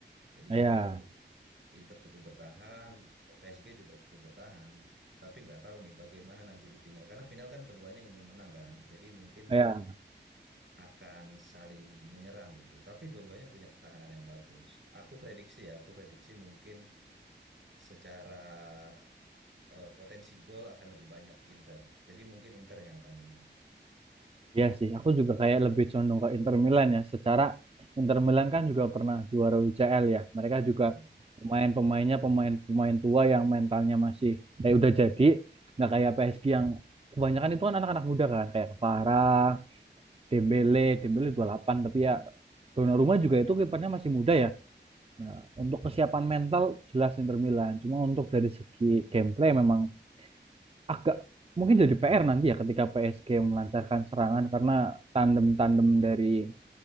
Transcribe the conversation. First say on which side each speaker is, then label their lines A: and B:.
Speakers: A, on the right; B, on the right.
A: Jadi
B: Ya,
A: Inter Inter cukup bertahan, PSG juga cukup bertahan. Tapi nggak tahu nih bagaimana nanti di final. Karena final kan keduanya ingin menang kan. Jadi mungkin
B: ya,
A: akan saling menyerang gitu. Tapi dua-duanya punya pertahanan yang bagus. Aku prediksi ya, aku prediksi mungkin secara eh, potensi gol akan lebih banyak Inter. Jadi mungkin Inter yang akan menang.
B: ya sih. Aku juga kayak lebih condong ke Inter Milan ya. Secara Inter Milan kan juga pernah juara UCL ya. Mereka juga
A: Heeh.
B: pemain-pemainnya pemain-pemain tua yang mentalnya masih eh udah jadi. Nggak kayak PSG yang kebanyakan itu kan anak-anak muda kan kayak Farah, Dembele, Dembele dua puluh delapan. tapi ya Donnarumma juga itu kipernya masih muda ya. Nah, untuk kesiapan mental jelas Inter Milan. Cuma untuk dari segi gameplay memang agak mungkin jadi PR nanti ya ketika PSG melancarkan serangan karena tandem-tandem dari